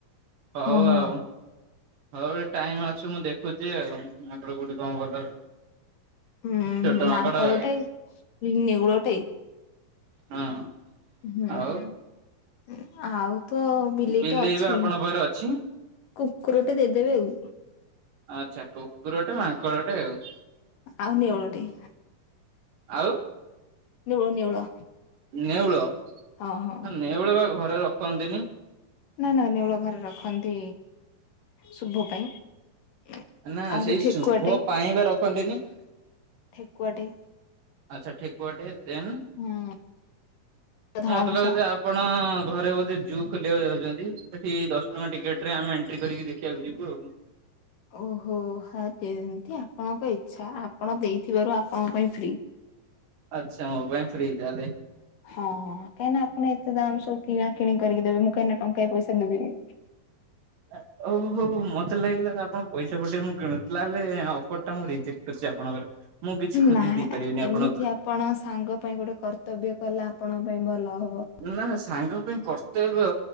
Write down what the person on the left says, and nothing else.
ହଁ ହଁ।
ହୁଁ
ମାଙ୍କଡଟେ
ନେଉଳଟେ
ହୁଁ
ଆଉ ତ ବିଲେଇଟେ
ଅଛି।
କୁକୁରଟେ ଦେଇଦେବେ ଆଉ।
ଆଉ ନେଉଳଟେ
ନେଉଳ ନେଉଳ
ହଁ ହଁ।
ନା ନା ନେଉଳ ଘରେ ରଖନ୍ତି। ଶୁଭ ପାଇଁ।
ଆଉ
ଗୋଟେ ଠେକୁଆଟେ
ଠେକୁଆ ଟେ
ହୁଁ ଧଳା ମୂଷା
ଓହୋ ହଁ ଯେମତି ଆପଣଙ୍କ ଇଚ୍ଛା ଆପଣ ଦେଇଥିବାରୁ ଆପଣଙ୍କ ପାଇଁ ଫ୍ରି।
ହଁ କାହିଁନା ଆପଣ ଏତେ ଦାମ୍ ସବୁ କିଣା କିିଣି କରିକି ଦେବେ। ମୁଁ କାହିଁନା ଟଙ୍କାଏ ପଇସା ଦେବିନି।
ନା
ଏମିତି
ଆପଣ ସାଙ୍ଗ ପାଇଁ ଗୋଟେ କର୍ତ୍ତବ୍ୟ କଲେ ଆପଣଙ୍କ ପାଇଁ ଭଲ ହବ।